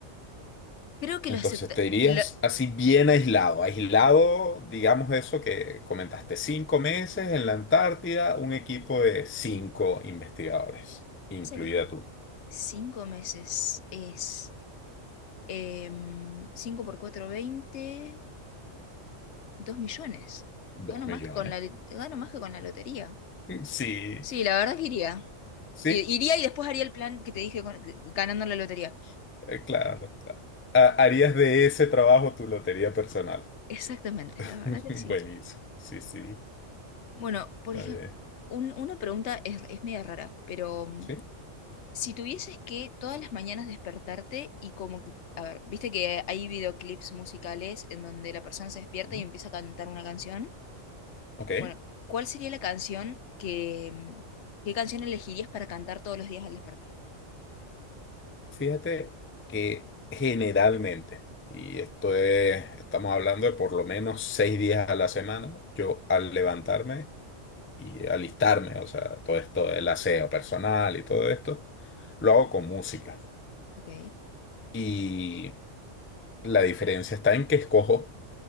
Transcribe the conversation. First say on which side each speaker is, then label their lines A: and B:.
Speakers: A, on the left (about 65°); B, on the left (about 20°).
A: Creo que
B: Entonces
A: lo acepta.
B: te dirías
A: Lo,
B: así bien aislado, aislado, digamos eso que comentaste, cinco meses en la Antártida, un equipo de cinco investigadores, incluida
A: sé que
B: tú,
A: cinco meses es em, 5 por 4 20 2 millones.
B: dos
A: Gano más
B: millones.
A: que con la, gano más que con la lotería.
B: <laughs> Sí,
A: Sí, la verdad que iría.
B: sí,
A: Iría y después haría el plan que te dije con- ganando la lotería.
B: eh, claro. Ha- Harías de ese trabajo tu lotería personal.
A: Exactamente,
B: <laughs>
A: la verdad que sí.
B: Buenísimo, sí, sí,
A: Bueno, por
B: está
A: ejemplo,
B: bien.
A: una pregunta es, es media rara, pero mm,
B: Sí,
A: si tuvieses que todas las mañanas despertarte y como que, a ver, viste que hay videoclips musicales en donde la persona se despierta
B: mm,
A: y empieza a cantar una canción.
B: ok.
A: Bueno, ¿cuál sería la canción que, mm, qué canción elegirías para cantar todos los días al despertar?
B: Fíjate que generalmente, y esto es, estamos hablando de por lo menos seis días a la semana, yo al levantarme y alistarme, o sea, todo esto del aseo personal y todo esto, lo hago con música.
A: Ok,
B: Y la diferencia está en que escojo